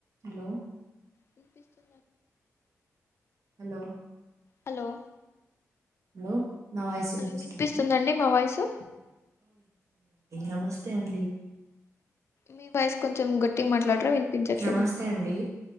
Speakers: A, on the right (about 60°); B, on the left (about 50°).
A: Hello
B: వినిపిస్తూ
A: hello
B: hello
A: లో నా వాయిస్ వినిపిస్తుంద
B: హలో వినిపిస్తుందండి మా వాయిసు
A: నమస్తే అండి
B: మీ వాయిస్ కొంచెం గట్టిగా మాట్లాడరా వినిపించట్లేదు
A: నమస్తే అండి